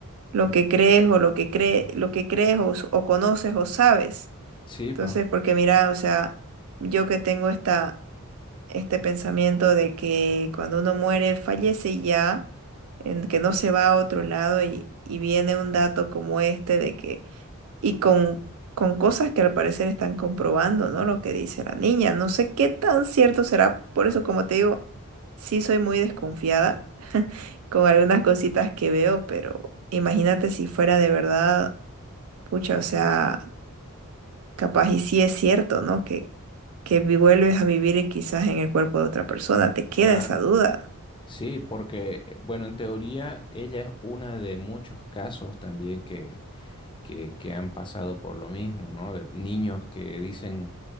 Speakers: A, on the right; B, on the left.
A: lo que crees o lo que cree, lo que crees o o conoces o sabes.
B: Sí,
A: Entonces,
B: pa.
A: porque mira, o sea, yo que tengo esta, este pensamiento de que cuando uno muere, fallece y ya, en que no se va a otro lado y, y viene un dato como este de que, y con, con cosas que al parecer están comprobando, ¿no? Lo que dice la niña, no sé qué tan cierto será, por eso como te digo, sí soy muy desconfiada <laughs> con algunas cositas que veo, pero imagínate si fuera de verdad, pucha, o sea... Capaz y sí es cierto, ¿no? Que, que vi- vuelves a vivir y quizás en el cuerpo de otra persona, te queda
B: Claro.
A: esa duda.
B: Sí, porque, bueno, en teoría ella es una de muchos casos también que, que, que han pasado por lo mismo, ¿no? De niños que dicen,